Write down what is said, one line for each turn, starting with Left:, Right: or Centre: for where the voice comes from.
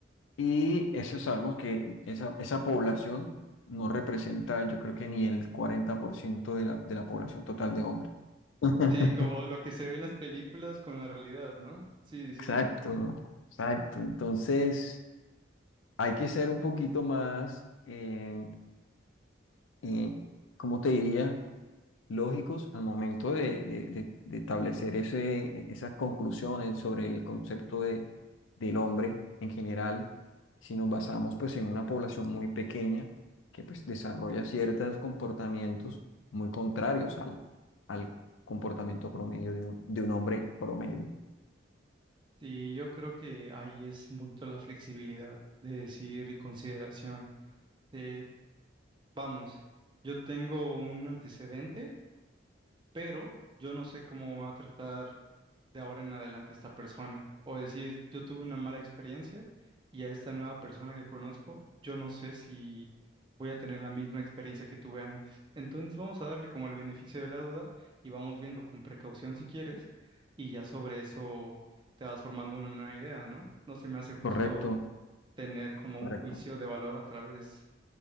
Left: Y eso sabemos que esa, esa población no representa, yo creo que ni el 40% de la, de la población total de hombres. <laughs>
Right: Sí, como lo que se ve en las películas con la realidad, ¿no? Sí,
Left: Exacto,
Right: sí.
Left: exacto. Entonces... hay que ser un poquito más, eh, eh, ¿cómo te diría? lógicos al momento de, de- de- de establecer ese, e, esas conclusiones sobre el concepto de, del hombre en general, si nos basamos pues en una población muy pequeña que pues desarrolla ciertos comportamientos muy contrarios al, al comportamiento promedio de un, de un hombre promedio.
Right: Sí, yo creo que ahí es un poquito la flexibilidad de decir y consideración. de, vamos, yo tengo un antecedente pero yo no sé cómo va a tratar de ahora en adelante esta persona. O decir, yo tuve una mala experiencia y a esta nueva persona que conozco, yo no sé si voy a tener la misma experiencia que tuve antes. Entonces vamos a darle como el beneficio de la duda y vamos viendo con precaución si quieres y ya sobre eso te vas formando una nueva idea, ¿no? No se me hace justo
Left: Correcto,
Right: tener como
Left: correcto,
Right: un juicio de valor a través